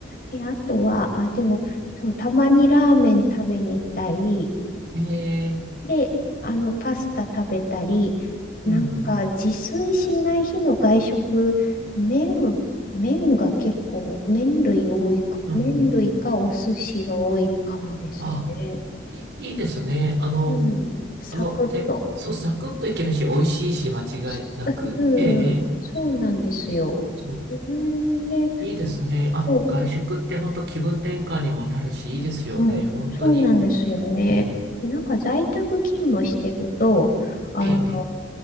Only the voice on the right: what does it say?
うん。ええ、
うんうん、
うんうん。
ああ、いい、いいですね。あの、
あの、て、そう、サクッといけるし、美味しいし、間違いなく。
ええ、ええ。
そう。
いいですね。あ、
外食って本当気分転換にもなるし、いいですよね。
本当に。
うん。
ええ、ええ。